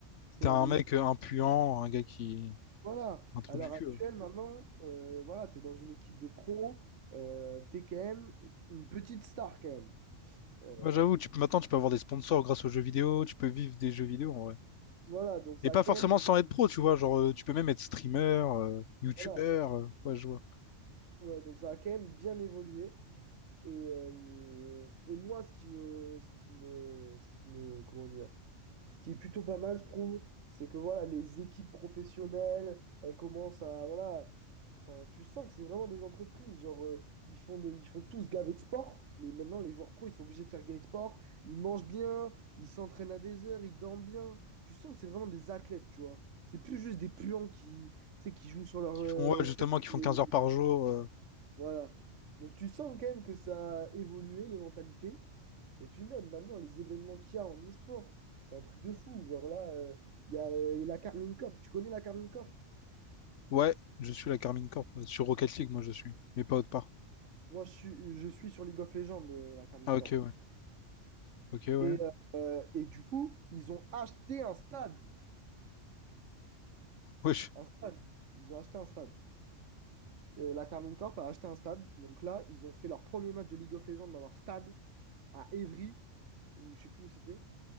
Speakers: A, on the right; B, on the left.
A: C'est
B: T'es
A: la
B: un
A: vérité.
B: mec euh, impuant, un gars qui...
A: Voilà,
B: Un trou
A: à l'heure
B: du cul,
A: actuelle,
B: ouais.
A: maintenant, euh, voilà, tu es dans une équipe de pro, euh, tu es quand même une petite star quand même. Euh,
B: Bah, j'avoue, tu peux... maintenant, tu peux avoir des sponsors grâce aux jeux vidéo, tu peux vivre des jeux vidéo, en vrai.
A: voilà, donc ça
B: Et pas
A: a quand
B: forcément
A: même,
B: sans être pro, tu vois. Genre, euh, tu peux même être streamer, euh, youtubeur,
A: voilà,
B: euh, ouais, je vois.
A: ouais, donc ça a quand même bien évolué. Et, euh, et moi, ce qui me, ce qui me, ce qui me, comment dire, Ce qui est plutôt pas mal, je trouve, c'est que voilà, les équipes professionnelles, elles commencent à, voilà, enfin, tu sens que c'est vraiment des entreprises. Genre, euh, ils font de- ils font tous gaver de sport. Les, maintenant, les joueurs pros, ils sont obligés de faire gaver de sport. Ils mangent bien, ils s'entraînent à des heures, ils dorment bien. Tu sens que c'est vraiment des athlètes, tu vois. C'est plus juste des puants qui, tu sais, qui jouent sur leur
B: Qui
A: euh,
B: font, ouais, justement,
A: chaise
B: qui font
A: et-
B: 15 heures par jour. euh.
A: voilà. Donc, tu sens quand même que ça a évolué, les mentalités. Et puis même maintenant, les événements qu'il y a en e-sport, c'est un truc de fou. Genre là, euh, il y a euh, la Carmine Corp. Tu connais la Carmine Corp?
B: Ouais, je suis la Carmine Corp. euh, Sur Rocket League, moi, je suis. Mais pas autre part.
A: Moi, je suis, je suis sur League of Legends, euh, la Carmine
B: Ah, ok,
A: Corp.
B: ouais. Ok, ouais.
A: Et, euh, et du coup, ils ont acheté un stade.
B: Wesh.
A: Un stade. Ils ont acheté un stade. Euh, la Carmine Corp a acheté un stade. Donc là, ils ont fait leur premier match de League of Legends dans leur stade à Évry, ou je sais plus où c'était.